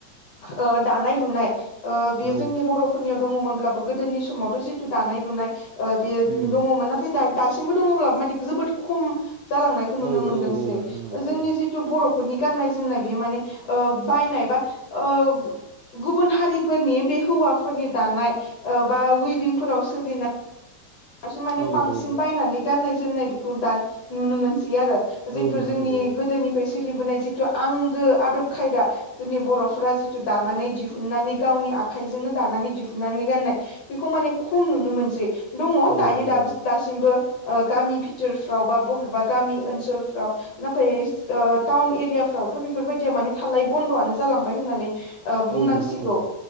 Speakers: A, on the left; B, on the right.
A: ओ दानाय लुनाय ओ बियो
B: औ
A: जोंनि बर'फोरनियाव दङमोनब्लाबो गोदोनि समावथ' जिथु दानाय लुनाय बेयो
B: उम
A: दङमोन नाथाय दा दासिमबो दङब्लाबो माने जोबोद खम जालांनायखौ नुनो
B: औ
A: मोनदोंसो
B: औ औ नोंथां औ
A: जोंनि
B: औ
A: जिथु बर' फोरनि गाननाय जोमनाय बियो ओ माने बायनाय बा ओ गुबुन हारि फोरनि बे हौवाफोरनि दानाय ओ बा उइभिंफोराव सोलिनाय दासो माने
B: औ
A: बांसिन
B: औ
A: बायनानै गाननाय जोमनाय बेखौ दा नुनो मोनसै आरो जिथु
B: औ नोंथां
A: जोंनि
B: औ
A: गोदोनिफ्राय सोलिबोनाय जिथु आंगो आदब खायदा जोंनि बर'फोरा जिथु दानानै दिहुननानै गावनि आखाइजों दानानै दिहुननानै गाननाय बेखौ माने खम नुनो मोनसै दङ
B: औ
A: दायो दाबो
B: औ
A: दासिमबो गामि भिथोरफ्राव बा बबेबा गामि ओनसोलफ्राव नाथाय टाउन एरियाफ्राव थ' बेफोरबायदिया माने थाल्लायै बन्द'आनो जालांबाय होननानै ओ बुंनांसिगौ
B: औ नोंथां औ